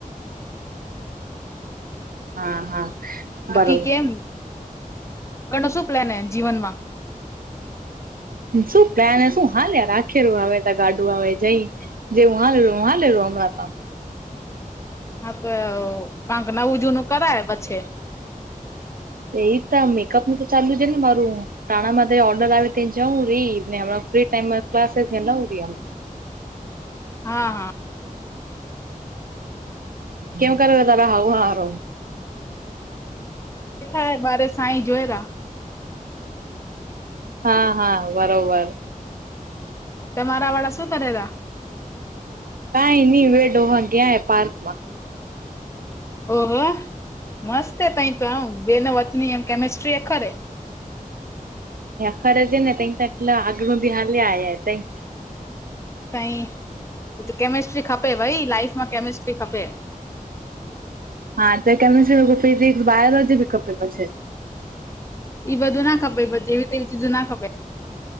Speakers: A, on the right; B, on the left.
A: હા હા
B: બાકી
A: બરોબર
B: કેમ આગળ ન શું પ્લેન એમ જીવનમાં
A: શું પ્ને શું હાલ યાર આખેરું હવે ત ગાડું હવે જઈ જે હા લે હા લેું હમણાં તો
B: હા તો કંક નવું જૂનું કરાય પછે
A: એ ત મેકઅપ નું તો ચાલુ જ ને મારું ટાણામાં ઓર્ડર આવે ત્યા જવું રહી ફ્રી ટાઈમ ક્લાસ લાવ રી <inaudible>
B: હા હા
A: કેમ કરે તાર હઉ હાર
B: કે થ મારે સાઈ જોયેરા
A: હા હા બરોબર
B: તમારા વાળા શું કરે ત
A: કઈ નઈ વેડોવા ગ્યાય પાર્ક માં
B: ઓહો મસ્ત એ તઈ તો આમ બેને વતની એમ કેમિસ્ટ્રી એ ખરે
A: ખરે છે ને ત એટલા આગળ બી હાલે આ તા
B: સાઈ એ તો કેમિસ્ટ્રી ખપે ભાઈ લાઈફમાં કેમિસ્ટ્રી ખપે
A: હા તો કેમિસ્ટ્રી ફિઝિક્સ બાયોલોજી ભી ખપે પછી
B: એ બધું ના ખપે જેવીવી ચીજો ના ખપે